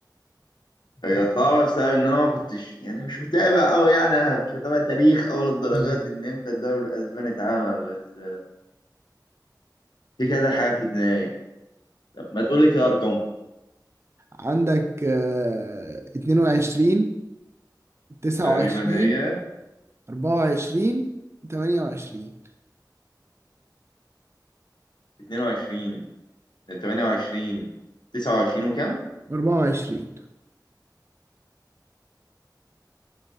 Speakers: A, on the left; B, on the right.
A: هي صعبة بسبب ان انا ما كنتش يعني مش متابع قوي يعني مش هتابع تاريخ او للدرجات
B: مم.
A: دي ان امتى الدوري الاسباني اتعمل بس في كذا حاجة في دماغي طب ما تقول لي كده ارقام
B: عندك آه، 22 29
A: تقريبا هي
B: 24 28
A: 22 28 29 وكام؟
B: و24